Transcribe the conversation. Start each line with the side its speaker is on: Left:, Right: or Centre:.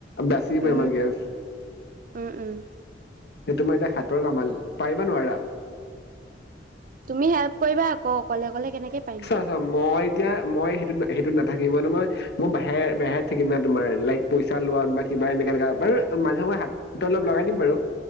Left: বাচি
Right: উম
Left: বেমাৰ গেছ সেইটো
Right: উম উম
Left: মই এতিয়া হাতৰ কামাল পাৰিবা নোৱাৰা
Right: তুমি হেল্প কৰিবা আকৌ অকলে অকলে কেনেকে পাৰিম।
Left: চা চা মই এতিয়া মই সেইটো সেইটোত নাথাকিম ম ত মই মই বাহে বেহাইত থাকিম না তোমাৰ লাইক পইচা লোৱ বা কিবা এনেকে এনেকোৱা ব মাজে সময়ে হাতটো অলপ লগাই দিম বাৰু